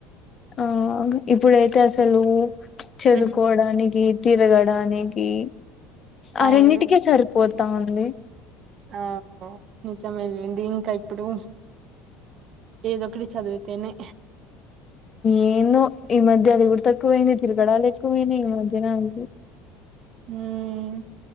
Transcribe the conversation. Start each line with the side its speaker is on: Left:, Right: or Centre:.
Left: ఆగ్ ఇప్పుడైతే అసలూ చదుకోడానికి
Right: ఉమ్,
Left: తిరగడానికి ఆ
Right: అవును
Left: రెండిటికీ సరిపోతా ఉంది
Right: ఆ నిజమేనే దీన్కా ఇప్పుడు ఏదొ ఒకటి చదివితేనే
Left: ఏందొ ఈ మధ్య అది గూడ త తక్కువైనై తిరగడాలు ఎక్కువైనై ఈ మధ్యన అన్కె
Right: ఉమ్,